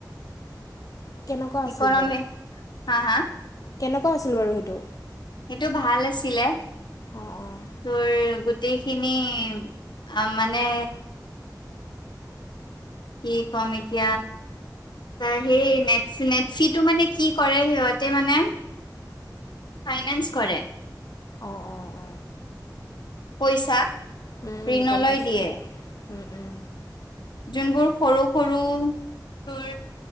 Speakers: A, on the left; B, on the left.
A: কেনকুৱা আছিল
B: ইকনমি
A: বাৰু?
B: হা হা
A: কেনকুৱা আছিল বাৰু সেইটো?
B: সেইটো ভাল আছিলে।
A: অঁ অঁ
B: তোৰ গোটেইখিনি আ মানে কি কম এতিয়া ত সেই নেট নেটচিটো মানে কি কৰে সিহঁতে মানে ফাইনেন্স কৰে
A: অঁ অ অঁ।
B: পইচা
A: উম
B: ঋণলৈ
A: গম পাইছো
B: দিয়ে
A: উম উম।
B: যোনবোৰ সৰু সৰু তোৰ